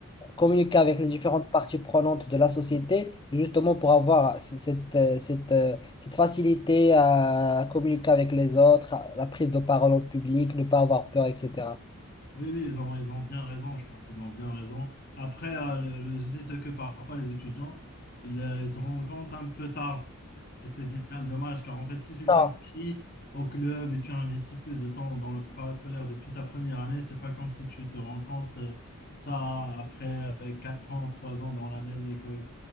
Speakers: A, on the left; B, on the left.
A: communiquer avec les différentes parties prenantes de la société, justement pour avoir c- cette, euh, cette, euh, cette facilité à communiquer avec les autres, à la prise de parole en public, ne pas avoir peur, etc.
B: Oui, oui, ils ont, ils ont bien raison, je pense, ils ont bien raison. Après, euh, le le souci, c'est que parfois, les étudiants, ils, euh, ils se rendent compte un peu tard. Et c'est bien dommage, car en fait, si tu
A: Ah,
B: t'inscris au club et tu investis plus de temps dans le parascolaire depuis ta première année, c'est pas comme si tu te rends compte euh, ça après euh, 4 ans, 3 ans dans la même école.